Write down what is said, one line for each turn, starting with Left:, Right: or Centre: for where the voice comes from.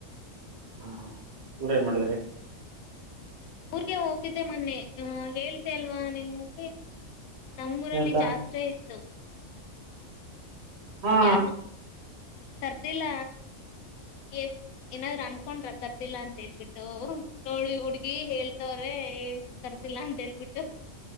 Right: ಹ್ಮ ಊಟ ಏನ್ ಮಾಡಿದ್ರಿ
Left: ಊರ್ಗೆ ಹೋಗಿದ್ದೆ ಮೊನ್ನೆ ಆ ಹೇಳದೆ ಅಲ್ವಾ ನಿಮಗೆ ನಮ್ಮೂರಲ್ಲಿ
Right: ಏನಂತ
Left: ಜಾತ್ರೆ ಇತ್ತು
Right: ಹಾ
Left: ಯಾರ್ನು ಕರ್ದಿಲ್ಲ ಏ. ಏನಾದ್ರೂ ಅನ್ಕೊಂಡ್ರ ಕರ್ದಿಲ್ಲ ಅಂತ ಹೇಳ್ಬಿಟ್ಟು ಅವರು ನೋಡಿ ಹುಡ್ಗಿ ಹೇಳ್ತವ್ರೆ ಕರ್. ಅಂತೆಲ್ಲಾ ಹೇಳಿಬಿಟ್ಟು.